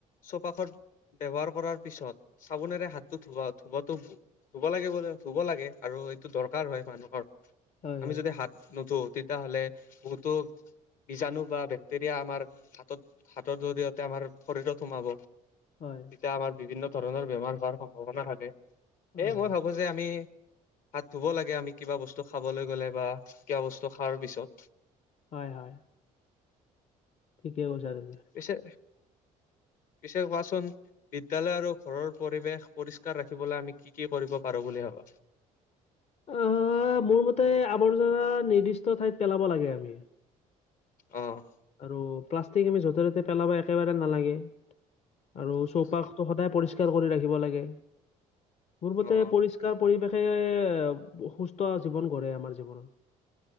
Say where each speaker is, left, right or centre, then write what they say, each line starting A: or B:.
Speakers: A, on the left; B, on the left.
A: চৌপাশত ব্যৱহাৰ কৰাৰ পিছত চাবোনেৰে হাতটো ধুবা ধুবাটো ধুব লাগে বোলো ধুব লাগে আৰু এইটো দৰকাৰ হয় মানুহৰ।
B: হয়
A: আমি
B: হয়
A: যদি হাত নুধো তেতিয়া হ'লে বহুতো বীজাণু বা বে ক্তেৰিয়া আমাৰ হাতত, হাতৰ জৰিয়তে আমাৰ শৰীৰত সোমাব।
B: হয়।
A: এতিয়া আমাৰ বিভিন্ন ধৰণৰ বেমাৰ হোৱাৰ সম্ভাৱনা থাকে সেয়ে
B: হয় হয়
A: মই ভাবোঁ‌ যে আমি হাত ধুব লাগে আমি কিবা বস্তু খাবলৈ গ'লে বা কিবা বস্তু খোৱাৰ পিছত।
B: হয় হয়। ঠিকে কৈছা তুমি।
A: পিছে, পিছে কোৱাচোন বিদ্যালয় আৰু ঘৰৰ পৰিৱেশ পৰিষ্কাৰ ৰাখিবলৈ আমি কি কি কৰিব পাৰোঁ বুলি ভাবা?
B: অ', মোৰ মতে আৱৰ্জনা নিৰ্দিষ্ট ঠাইত পেলাব লাগে আমি।
A: অ'।
B: আৰু প্লাষ্টিক আমি য'তে ততে পেলাব একেবাৰে নালাগে। আৰু চৌপাশটো
A: নিশ্চয়
B: সদায় পৰিষ্কাৰ কৰি ৰাখিব লাগে, মোৰ মতে
A: অ
B: পৰি পৰিষ্কাৰ পৰিৱেশে সুস্থ জীৱন গঢ়ে আমাৰ জীৱনত।